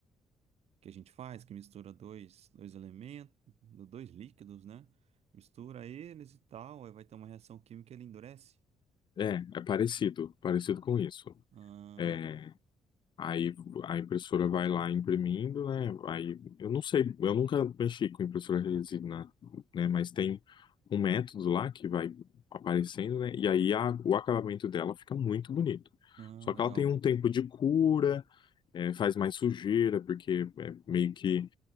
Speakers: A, on the right; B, on the left.
A: que a gente faz, que mistura dois, dois elementos, dois líquidos, né? Mistura eles e tal, aí vai ter uma reação química e ele endurece.
B: É, é parecido, parecido com isso.
A: Ah,
B: É, aí a impressora vai lá imprimindo, né? Aí eu não sei, eu nunca mexi com impressora resina, né? Mas tem um método lá que vai aparecendo, né? E aí a- o acabamento dela fica muito bonito.
A: ah,
B: Só
A: legal.
B: que ela tem um tempo de cura, é, faz mais sujeira, porque é, meio que